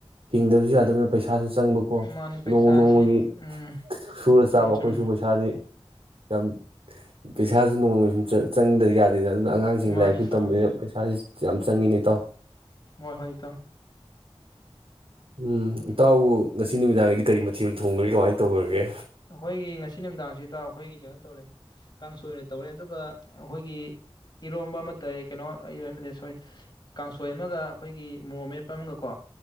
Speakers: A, on the right (about 60°); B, on the left (about 40°).
A: ꯍꯤꯡꯗꯕꯁꯨ ꯌꯥꯗꯕꯅꯤꯅ ꯄꯩꯁꯥꯁꯨ ꯆꯪꯕꯀꯣ
B: ꯃꯥꯅꯤ ꯄꯩꯁꯥꯁꯤ
A: ꯅꯣꯡꯃ- ꯅꯣꯡꯃꯒꯤ
B: ꯎꯝ
A: ꯁꯨꯔ
B: ꯆꯨꯝꯃꯤ
A: ꯆꯥꯕ
B: ꯆꯨꯝꯃꯤ
A: ꯑꯩꯈꯣꯏꯁꯨ ꯄꯩꯁꯥꯗꯤ ꯌꯥꯝ <unintelligible> ꯄꯩꯁꯥꯁꯨ ꯅꯣꯡꯃ ꯁꯨꯝ ꯆꯠ ꯆꯪꯗ꯭ꯔꯌꯥ ꯑꯗꯨꯗ ꯑꯗꯨꯅ ꯑꯉꯥꯡꯁꯤꯡ
B: ꯃꯥꯅꯤ
A: ꯂꯥꯏꯔꯤꯛꯁꯨ
B: ꯏꯇꯥꯎ
A: ꯇꯝꯕꯅꯤꯅ ꯄꯩꯁꯥꯁꯤ ꯌꯥꯝ ꯆꯪꯉꯤꯅꯦ ꯏ ꯇꯥꯎ
B: ꯍꯣꯏ ꯍꯣꯏ ꯇꯣ
A: ꯎꯝ ꯏꯇꯥꯎꯕꯨ ꯉꯁꯤ ꯅꯨꯃꯤꯗꯥꯡꯒꯤꯗꯤ ꯀꯔꯤ ꯃꯊꯦꯜ ꯊꯣꯡꯈ꯭ꯔꯦ ꯀꯃꯥꯏꯅ ꯇꯧꯈ꯭ꯔꯒꯦ
B: ꯑꯩꯈꯣꯏꯒꯤ ꯉꯁꯤ ꯅꯨꯃꯤꯗꯥꯡꯁꯤꯗ ꯑꯩꯈꯣꯏꯒꯤ ꯀꯩꯅꯣ ꯇꯧꯔꯦ ꯀꯥꯡꯁꯣꯏꯅ ꯇꯧꯔꯦ ꯑꯗꯨꯒ ꯑꯩꯈꯣꯏꯒꯤ ꯏꯔꯣꯝꯕ ꯑꯃ ꯇꯥꯏ ꯀꯩꯅꯣ ꯁꯣꯔꯤ ꯀꯥꯡꯁꯣꯏ ꯑꯃꯒ ꯑꯩꯈꯣꯏꯒꯤ ꯃꯣꯔꯣ ꯃꯦꯠꯄ ꯑꯃꯒ ꯀꯣ